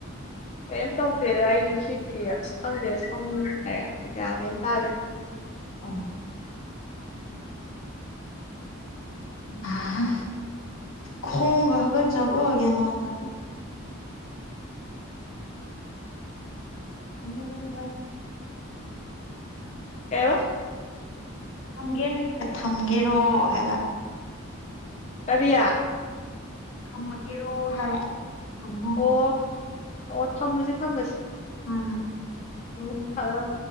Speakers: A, on the left; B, on the left.
A: ꯀꯩꯝ ꯇꯧꯗꯦꯗ ꯑꯩꯁꯨ ꯍꯤꯞꯄꯤꯌꯦ ꯑꯁ ꯈꯪꯗꯦꯗ ꯁꯝ ꯀꯌꯥ ꯒ꯭ꯌꯥꯟ ꯃꯦꯟ ꯇꯥꯗꯦ
B: ꯑꯣ ꯍ ꯈꯣꯡꯒ ꯍꯒꯠꯆꯕꯒ ꯒ꯭ꯌꯥꯟ ꯃꯥꯥꯟ ꯇꯗꯦ ꯊꯝꯃꯣ ꯑꯗꯨꯗꯤ ꯚꯥꯢ
A: ꯀꯩꯕ
B: ꯊꯝꯒꯦ ꯍꯥꯏꯔ ꯊꯝꯒꯦꯔꯣ ꯍꯥꯏꯕ
A: ꯀꯔꯤ
B: ꯊꯝꯃꯒꯦꯔꯣ ꯍꯥꯏꯕ ꯊꯝꯃꯣ
A: ꯑꯣ ꯑꯣ ꯊꯝꯃꯁꯦ ꯊꯝꯃꯁꯦ
B: ꯑ
A: ꯎꯝ ꯐꯔ